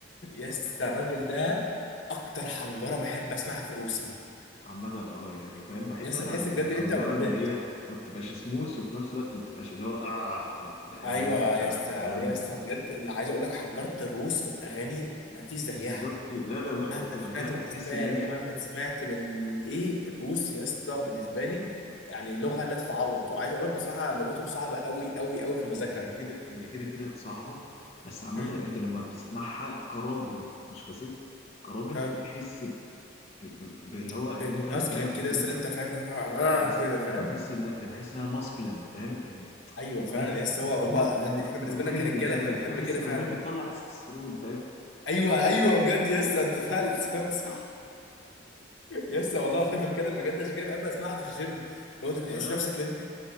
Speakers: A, on the left; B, on the left.
A: يا
B: <laughs>
A: اسطى الراجل ده اكتر حنجره بحب اسمعها في الروسي
B: عامة اه يعني فاهم بحب
A: يا اسطى
B: انا
A: تحس
B: ال-
A: بجد
B: الحنجرة
A: ان انت ب...
B: اللي هي ما بتبقاش سموث وفي نفس الوقت ما بتبقاش اللي هو اه ف... لا اللي
A: ايوه
B: هي بتبقى
A: يا اسطى
B: فاهم
A: يا اسطى بجد اللي عايز اقول لك حنجره الروس في الاغاني ما فيش زيها
B: بالظبط لا لا لا وبتبقى
A: مهما سمعت
B: فاهم
A: من
B: تحس
A: اسبان
B: ان هي
A: ومهما سمعت من ايه الروس يا اسطى بالنسبه لي يعني لغه لا تتعوض وعايز اقول لك بصراحه لغتهم صعبه قوي قوي قوي في
B: هي
A: المذاكره
B: هي كده هي كده كده صعبة بس عامة
A: امم
B: انت لما بتسمعها كراجل مش كست كراجل
A: ها
B: بتحس ب- ب- باللي هو
A: ب-
B: ان انت
A: بماسكلين
B: فاهم
A: كده
B: ان
A: يا اسطى
B: انت
A: اللي انت فاهم اللي هو آه
B: يس
A: آه، كده فاهم
B: انا بحس ان بحس انها ماسكلين فاهم يعني
A: ايوه
B: اغنية
A: فعلا
B: ب-
A: يا اسطى هو
B: اللي هو
A: هم يعني
B: فاهم
A: احنا بالنسبه
B: رجولية
A: لنا كرجاله
B: زيادة
A: احنا بنحب
B: بحس
A: كده
B: الاغنية
A: فعلا
B: بتطلع تستوستيرون فاهم
A: ايوه ايوه بجد يا اسطى انت فعلا كلامك صح يا اسطى والله العظيم بتكلم بجد عشان كده بحب اسمعها في الجيم لو انت بتحس
B: اه
A: نفسك اللي انت-